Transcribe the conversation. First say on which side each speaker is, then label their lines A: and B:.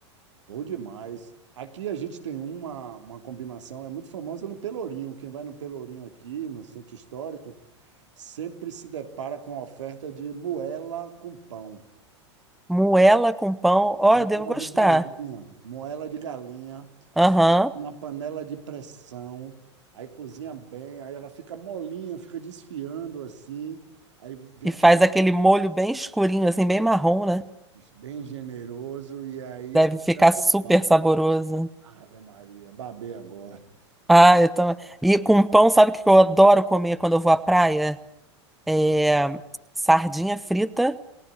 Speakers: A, on the right (about 80°); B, in the centre.
A: bom demais. Aqui a gente tem uma, uma combinação, é muito famosa no Pelourinho. Quem vai no Pelourinho aqui, no centro histórico, sempre se depara com a oferta de moela com pão.
B: Moela com pão, ó,
A: Moela
B: eu devo gostar.
A: de galinha, moela de galinha
B: Aham.
A: na panela de pressão, aí cozinha bem, aí ela fica molinha, fica desfiando assim, aí vem
B: E
A: aquele
B: faz aquele molho bem escurinho, assim, bem marrom, né?
A: bem generoso e aí
B: Deve
A: acompanha
B: ficar
A: com
B: super
A: pão.
B: saboroso.
A: Ave Maria, babei agora.
B: Ah, eu também. E com pão, sabe o que eu adoro comer quando eu vou à praia? É sardinha frita